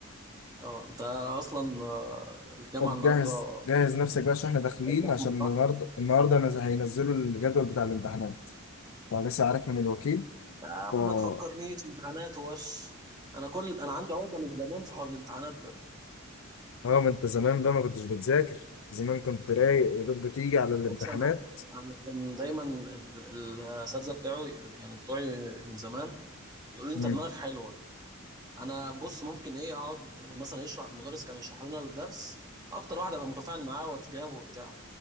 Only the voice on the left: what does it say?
طب
جهز جهز نفسك بقى عشان احنا داخلين
عشان النهارده
النهارده نز- هينزلوا الجدول بتاع الامتحانات فلسه عارف من الوكيل
ف <laughs>
اه ما انت زمان بقى ما كنتش بتذاكر زمان كنت رايق يا دوب بتيجي على الامتحانات
مم.